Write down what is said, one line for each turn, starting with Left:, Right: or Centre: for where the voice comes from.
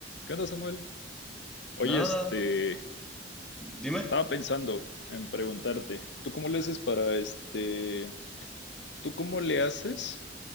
Left: ¿Qué onda, Samuel? Oye,
Centre: Nada,
Left: este,
Centre: dime.
Left: estaba
Centre: <laughs>
Left: pensando en preguntarte, ¿tú cómo le haces para este, tú cómo le haces